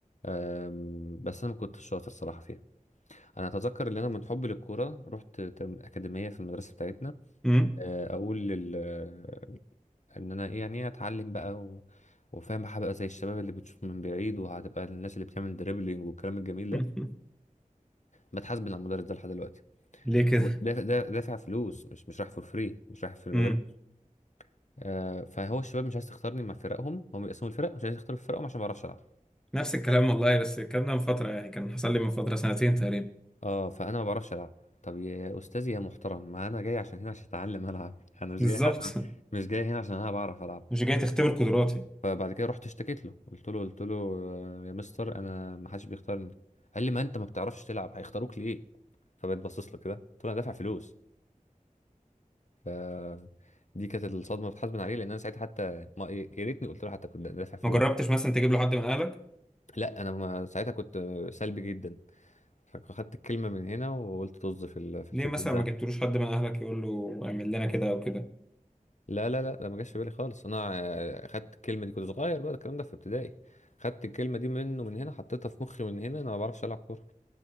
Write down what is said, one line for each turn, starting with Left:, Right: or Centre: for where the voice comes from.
Left: آم، بس انا ما كنتش شاطر صراحه فيها انا اتذكر ان انا من حب للكوره رحت تم- اكاديميه في المدرسه بتاعتنا
Centre: امم
Left: آه، اقول لل آه، ان انا ايه يعني إيه اتعلم بقى و... وفاهم هبقى زي الشباب اللي بتشوط من بعيد وهتبقى الناس اللي بتعمل دريبلينج والكلام الجميل ده
Centre: <laughs>
Left: بتحاسب على المدرس ده لحد دلوقتي
Centre: ليه كده
Left: ودافع دافع دافع فلوس مش مش رايح فور فري مش رايح في الببلاش
Centre: امم
Left: آه فهو الشباب مش عايز تختارني مع فرقهم هم بيقسموا الفرق مش عايز يختاروا في فرقهم عشان ما بعرفش العب
Centre: نفس الكلام والله بس الكلام ده من فتره يعني كان حصل لي من فتره سنتين تقريبا
Left: اه فانا ما بعرفش العب طب يا استاذي يا محترم ما انا جاي عشان هنا عشان اتعلم العب انا مش
Centre: بالظبط
Left: جاي هنا عشان- مش جاي هنا عشان انا بعرف العب
Centre: مش جاي تختبر قدراتي
Left: فبعد كده رحت اشتكيت له قلت له قلت له آه، يا مستر انا ما حدش بيختارني قال لي ما انت ما بتعرفش تلعب هيختاروك ليه فبقيت باصص له كده قلت له انا دافع فلوس ف دي كانت الصدمه بتحاسبن عليه لان انا ساعتها حتى ما إيه، يا ريتني قلت له حتى كنت دافع فلوس
Centre: ما جربتش مثلا تجيب له حد من اهلك
Left: لا انا ما ساعتها كنت سلبي جدا فاخدت الكلمه من هنا وقلت طز في ال- في
Centre: ليه
Left: التدريب
Centre: مثلا
Left: ده
Centre: ما جبتلوش حد من اهلك يقول له اعمل لنا كده او كده
Left: لا لا لا ده ما جاش في بالي خالص انا آه، خدت الكلمه دي كنت صغير بقى الكلام ده في ابتدائي خدت الكلمه دي منه من هنا حطيتها في مخي من هنا انا ما بعرفش العب كوره